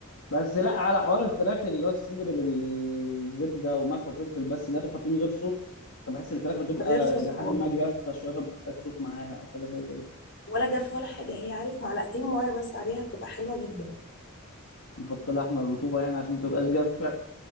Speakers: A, on the left; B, on the left.
A: بس لا على حوار الفراخ اللي هو الصدر بالزبده وملح وفلفل بس ده بتحطيه من غير صوص فبحس الفراخ بتبقى
B: من غير صوص
A: الى
B: خالص
A: حد ما جافه شويه فبتحتاج صوص معاها او حاجه زي كده
B: ولا جاف ولا حاجه هي عارف معلقتين ميه بس عليها بتبقى حلوه جدا
A: نحط لها احنا الرطوبة يعني عشان ما تبقاش جافة